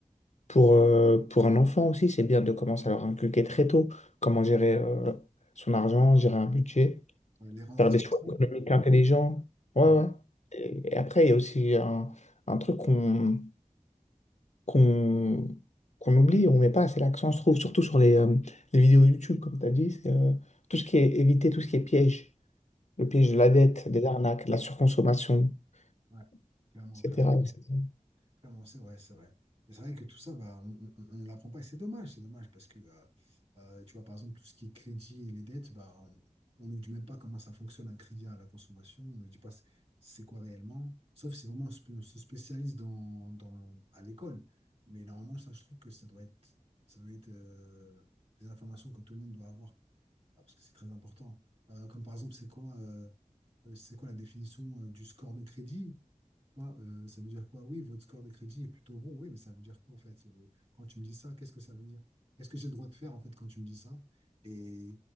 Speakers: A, on the left; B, on the right.
A: pour, euh, pour un enfant aussi. C'est bien de commencer à leur inculquer très tôt comment gérer euh, son argent, gérer un
B: ouais.
A: budget,
B: Ouais, les rendre
A: faire
B: responsables.
A: des choix économiques intelligents. Ouais,
B: Mm.
A: ouais. Et, et après, il y a aussi un, un truc qu'on qu'on qu'on oublie, on met pas assez l'accent, je trouve, surtout sur les, euh, les vidéos YouTube, comme tu as dit, c'est euh, tout ce qui est éviter tout ce qui est piège. le piège de la dette, des arnaques, de la surconsommation,
B: Ouais,
A: etc.,
B: clairement, clairement.
A: etc.
B: Clairement, c'est vrai, c'est vrai. Mais c'est vrai que tout ça, bah, on ne l'apprend pas et c'est dommage, c'est dommage parce que, euh, euh, tu vois, par exemple, tout ce qui est crédit et les dettes, bah, on ne nous dit même pas comment ça fonctionne un crédit à la consommation, on ne nous dit pas c- c'est quoi réellement, sauf si vraiment on se, on se spécialise dans, dans, à l'école. Mais normalement, ça, je trouve que ça doit être, ça doit être euh, des informations que tout le monde doit avoir, Ah, parce que c'est très important. Euh, comme par exemple, c'est quoi, euh, euh, c'est quoi la définition euh, du score de crédit? Quoi, euh, ça veut dire quoi? Oui, votre score de crédit est plutôt bon, oui, mais ça veut dire quoi en fait? Euh, Quand tu me dis ça, qu'est-ce que ça veut dire? Qu'est-ce que j'ai le droit de faire en fait quand tu me dis ça? Et